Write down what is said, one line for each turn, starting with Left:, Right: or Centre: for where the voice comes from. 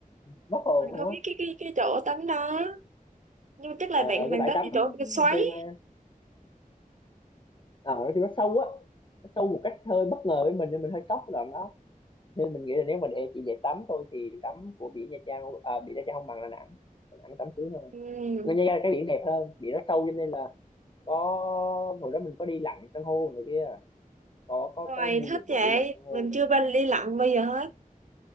Left: mất hồn
Right: Mình
Left: luôn
Right: có biết
Left: á
Right: cái cái cái chỗ tắm đó, nhưng mà chắc là
Left: ờ,
Right: bạn bạn
Left: cái bãi
Right: tắm
Left: tắm
Right: cái chỗ cái xoáy.
Left: bình thường mà ờ, nói chung nó sâu á nó sâu một cách hơi bất ngờ với mình nên mình hơi sốc cái đoạn đó nên mình nghĩ là nếu mình để chỉ để tắm thôi thì tắm của biển Nha Trang à, biển Nha Trang không bằng Đà Nẵng Đà Nẵng tắm sướng hơn
Right: Ừ.
Left: Nên Nha Trang là cái biển đẹp hơn biển nó sâu cho nên là có hồi đó mình có đi lặn san hô rồi kia có có
Right: Rồi
Left: có mua
Right: thích
Left: dịch
Right: vậy,
Left: vụ lặn san hô
Right: mình
Left: nữa
Right: chưa bao đi lặn bây giờ hết.